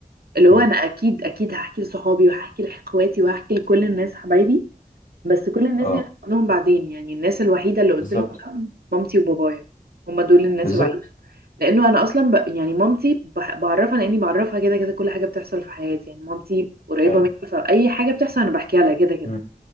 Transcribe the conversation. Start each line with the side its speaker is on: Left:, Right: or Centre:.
Right: اللي هو
Left: مم.
Right: انا اكيد اكيد هحكي لصحابي وهحكي لاخواتي وهحكي لكل الناس حبايبي بس كل الناس
Left: اه
Right: دي أنا هحكي لهم بعدين يعني الناس الوحيدة اللي قلت
Left: بالظبط
Right: لهم لأ، مامتي وبابايا هما دول الناس
Left: بالظبط
Right: الوحيدة لانه انا اصلا ب... يعني مامتي بح- بعرفها لاني بعرفها كده كده كل حاجه بتحصل في حياتي يعني مامتي قريبه
Left: ايوه
Right: مني فاي حاجه بتحصل انا بحكيها لها كده كده
Left: مم.